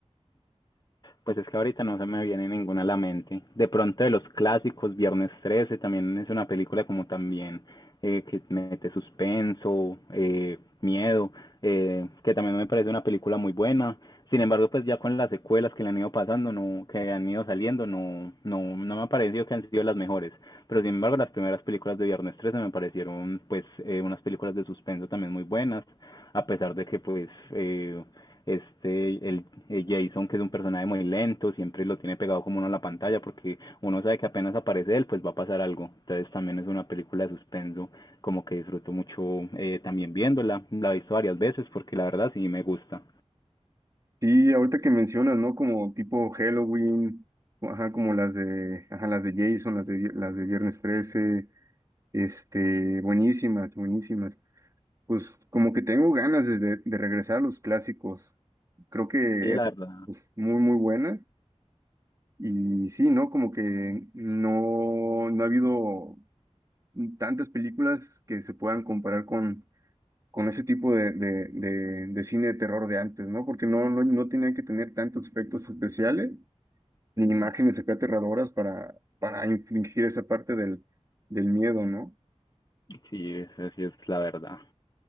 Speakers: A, on the left; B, on the right.
A: Pues es que ahorita no se me viene ninguna a la mente. De pronto de los clásicos, Viernes 13 también es una película como también eh, que mete suspenso, eh, miedo, eh, que también me parece una película muy buena. Sin embargo, pues ya con las secuelas que le han ido pasando, no, que han ido saliendo, no, no, no me ha parecido que han sido las mejores. Pero sin embargo, las primeras películas de Viernes 13 me parecieron pues eh, unas películas de suspenso también muy buenas, a pesar de que pues eh, este, el, el Jason, que es un personaje muy lento, siempre lo tiene pegado como uno a la pantalla porque uno sabe que apenas aparece él, pues va a pasar algo. Entonces también es una película de suspenso, como que disfruto mucho eh, también viéndola. La he visto varias veces porque la verdad sí me gusta.
B: Sí, ahorita que mencionas, ¿no? Como tipo Halloween, o ajá, como las de, ajá, las de Jason, las de, las de Viernes 13, este, buenísimas, buenísimas. Pues como que tengo ganas de, de- de regresar a los clásicos. Creo que
A: Sí,
B: eran
A: la verdad.
B: pues, muy, muy buenas. Y sí, ¿no? Como que no, no ha habido tantas películas que se puedan comparar con, con ese tipo de, de, de, de cine de terror de antes, ¿no? Porque no, no, no tenía que tener tantos efectos especiales ni imágenes acá aterradoras para, para infligir esa parte del, del miedo, ¿no?
A: Sí, esa sí es la verdad.